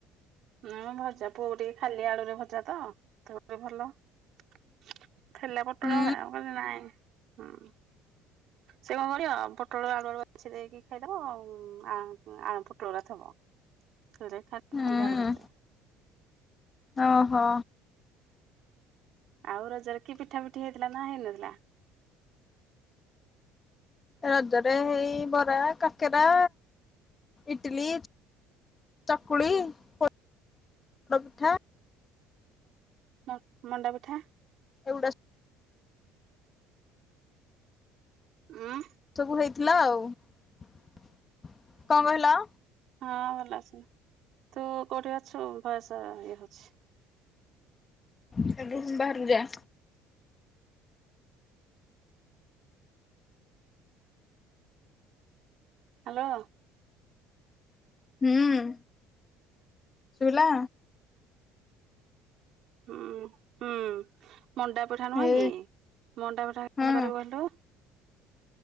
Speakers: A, on the right; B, on the left.
A: ହୁଁ ଭଜା ପୁଅ ଟିକେ ଖାଲି ଆଳୁରେ ଭଜା ତ ବି ଭଲ। ଥିଲା ପୋଟଳ
B: ହୁଁ
A: ହେରା ମୁ କଇ ନାଇଁ ହୁଁ। ସେ କଣ କରିଅ ପୋଟଳ ଆଳୁ ଆଡୁ ବାଛି ଦେଇକି ଖାଇଦବ ଆଉ ପୋଟଳ ରା ଥବ। ଖା
B: ହୁଁ
A: ଖାଲି ଆଳୁ ଭର୍ତା।
B: ଓହୋ।
A: ଆଉ ରଜରେ କିଏ ପିଠା ପିଠି ହେଇଥିଲା ନା ହେଇନଥିଲା?
B: ରଜରେ ହେଇ ବରା, କାକେରା, ଇଟିଲି ଚକୁଳି, ପୋଡ ପିଠା
A: ମ ମଣ୍ଡା ପିଠା।
B: ଏଉଡା
A: ଉଁ
B: ସବୁ ହେଇଥିଲା ଆଉ କ କହିଲ?
A: ହଁ ଭଲ ଅସୁ ତୁ କୋଉଠି ଅଛୁ ବୟସ ଇଏ ହୋଉଛି।
B: ଏ ରୁମ୍ ବାହାରୁକୁ ଯା।
A: ଆଲୋ।
B: ହୁଁ ଶୁଭିଲା?
A: ହୁଁ ହୁଁ ମଣ୍ଡା ପିଠା ନୁହଁ
B: ଏ
A: କି ମଣ୍ଡା ପିଠା କେମତି
B: ହଁ
A: କରିବୁ କହିଲୁ?